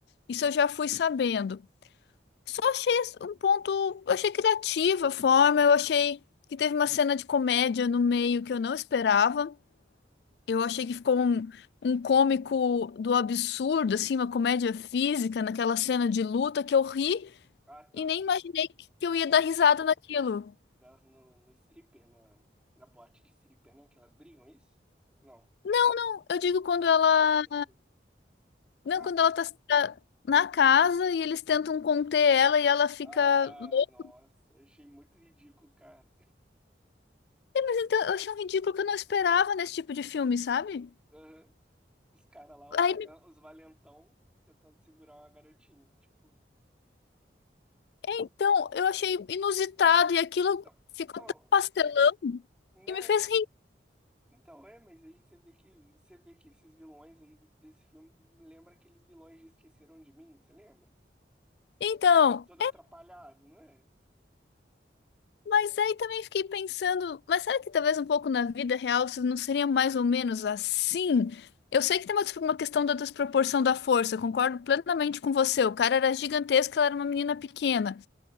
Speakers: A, on the left; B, in the centre.
A: Isso eu já fui sabendo. Só achei as- um ponto, eu achei criativa a forma, eu achei que teve uma cena de comédia no meio que eu não esperava. Eu achei que ficou um, um cômico do absurdo, assim, uma comédia física naquela cena de luta que eu ri.
B: Ah, tá.
A: E nem imaginei que que eu
B: Delas,
A: ia dar risada naquilo.
B: delas no, no stripper, na, na boate de stripper, né? Que elas brigam, é isso? Não.
A: Não, não, eu digo quando
B: Qual
A: ela.
B: a cena de briga?
A: Não,
B: Ah,
A: quando ela tá tá na casa e eles tentam conter ela e ela fica
B: ah, tá.
A: louca.
B: Nossa, eu achei muito ridículo, cara.
A: É, Mas então eu achei um ridículo que eu não esperava nesse tipo de filme, sabe?
B: <laughs> Aham. Os caras lá, os,
A: Aí
B: valen- os valentão, tentando segurar uma garotinha. Tipo,
A: então eu achei inusitado e aquilo
B: não,
A: ficou
B: então,
A: tão pastelão
B: né?
A: que me fez rir.
B: Então é, mas aí você vê que você vê que esses vilões aí desse filme me lembra aqueles vilões de Esqueceram de Mim, você lembra? Aqueles
A: Então.
B: cara todo atrapalhado, não é?
A: Mas aí também fiquei pensando, mas será que talvez um pouco na vida real isso não seria mais ou menos assim? Eu sei que tem uma uma questão da desproporção da força, eu concordo plenamente com você. O cara era gigantesco, ela era uma menina pequena.